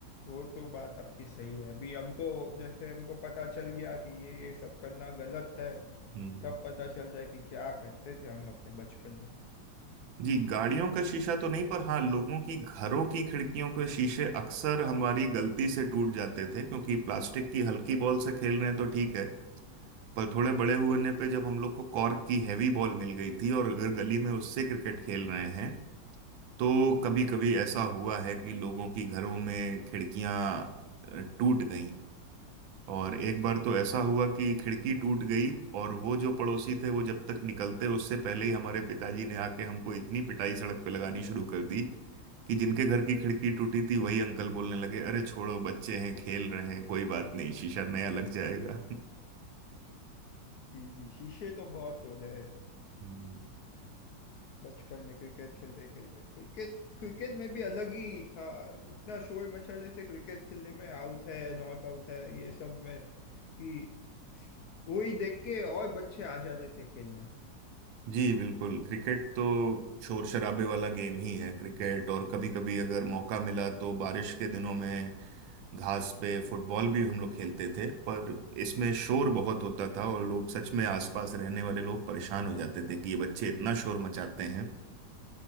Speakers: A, on the left; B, on the right.
A: वो तो बात आपकी सही है अभी हमको जैसे हमको पता चल गया कि ये ये सब करना गलत है
B: हम्म।
A: तब पता चलता है कि क्या करते थे हम अपने बचपन में
B: जी गाड़ियों का शीशा तो नहीं पर हाँ लोगों की घरों की खिड़कियों के शीशे अक्सर हमारी गलती से टूट जाते थे क्योंकि प्लास्टिक की हल्की बॉल से खेल रहे हैं तो ठीक है पर थोड़े बड़े होने पे जब हम लोग को कॉर्क की हैवी बॉल मिल गई थी और अगर गली में उससे क्रिकेट खेल रहे हैं तो कभी कभी ऐसा हुआ है कि लोगों की घरों में खिड़कियां अ, टूट गई और एक बार तो ऐसा हुआ कि खिड़की टूट गई और वो जो पड़ोसी थे वो जब तक निकलते उससे पहले ही हमारे पिताजी ने आके हमको इतनी पिटाई सड़क पे लगानी शुरू कर दी कि जिनके घर की खिड़की टूटी थी वही अंकल बोलने लगे अरे छोड़ो बच्चे हैं खेल रहे हैं कोई बात नहीं शीशा नया लग जाएगा
A: जी जी शीशे तो बहुत तोड़े हैं
B: हम्म।
A: बचपन में क्रिकेट खेलते खेलते क्रिकेट क्रिकेट में भी अलग ही था इतना शोर मचा रहे थे क्रिकेट खेलने में आउट है नॉट आउट है ये सब में कि वो ही देख के और बच्चे आ जाते थे खेलने
B: जी बिल्कुल क्रिकेट तो शोर शराबे वाला गेम ही है क्रिकेट और कभी कभी अगर मौका मिला तो बारिश के दिनों में घास पे फुटबॉल भी हम लोग खेलते थे पर इसमें शोर बहुत होता था और लोग सच में आसपास रहने वाले लोग परेशान हो जाते थे कि ये बच्चे इतना शोर मचाते हैं